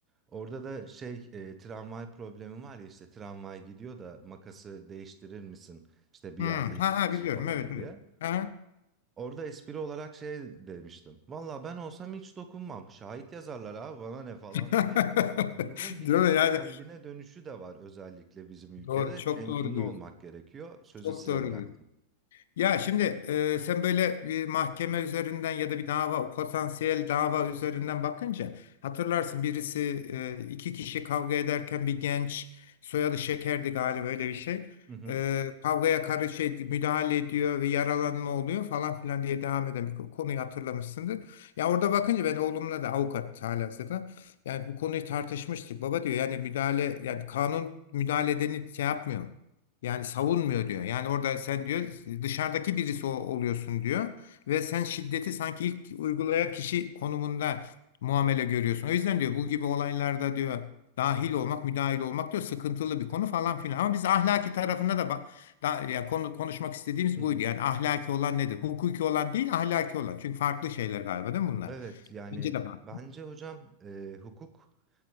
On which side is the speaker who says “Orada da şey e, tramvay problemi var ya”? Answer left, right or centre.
Right